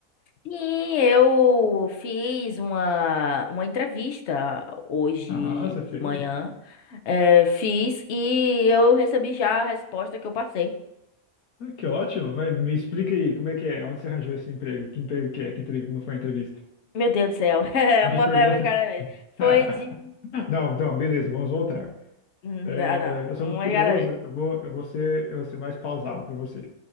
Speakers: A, on the left; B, on the left.
A: Sim, eu fiz uma, uma entrevista hoje
B: Ah, você fez?
A: de manhã. É, fiz e eu recebi já a resposta que eu passei.
B: Ah, que ótimo. Mas me explica aí, como é que é? Onde você arranjou esse emprego? Que emprego que é? Que entrevista? Como foi a entrevista?
A: Meu Deus do céu, <laughs> é
B: Muitas
A: uma
B: perguntas.
A: pergunta de cada vez.
B: <laughs>
A: Foi de.
B: Não, não, beleza, vamos voltar.
A: Não,
B: É,
A: não,
B: eu sou muito
A: uma
B: curioso,
A: de cada vez.
B: eu vou, eu vou ser, eu vou ser mais pausado para você.